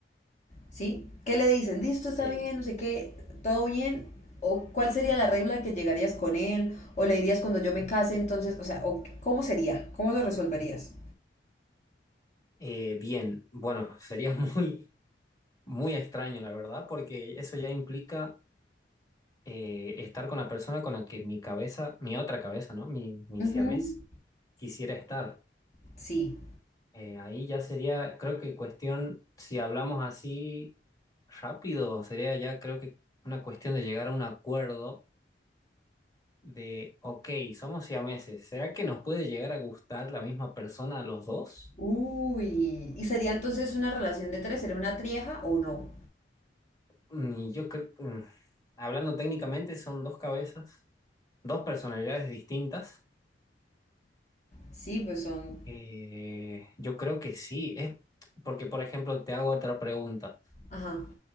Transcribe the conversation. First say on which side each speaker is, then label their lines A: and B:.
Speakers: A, on the left; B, on the left.
A: ¿sí? ¿Qué le dices? Listo, está
B: Sí.
A: bien, no sé qué, todo bien. ¿O cuál sería la regla que llegarías con él? ¿O le dirías cuando yo me case, entonces, o sea, o cómo sería? ¿Cómo lo resolverías?
B: Eh, bien, bueno, sería <laughs> muy, muy extraño, la verdad, porque eso ya implica eh, estar con la persona con la que mi cabeza, mi otra cabeza, ¿no? Mi, mi
A: Ujú.
B: siamés quisiera estar.
A: Sí.
B: Eh, ahí ya sería, creo que cuestión, si hablamos así rápido, sería ya creo que una cuestión de llegar a un acuerdo de, ok, somos siameses, ¿será que nos puede llegar a gustar la misma persona a los dos?
A: Uy. ¿Y sería entonces una relación de tres? ¿Sería una trieja o no?
B: Y yo creo, mm, hablando técnicamente, son dos cabezas, dos personalidades distintas.
A: Sí, pues son...
B: Eh, yo creo que sí, es porque, por ejemplo, te hago otra pregunta,
A: Ajá.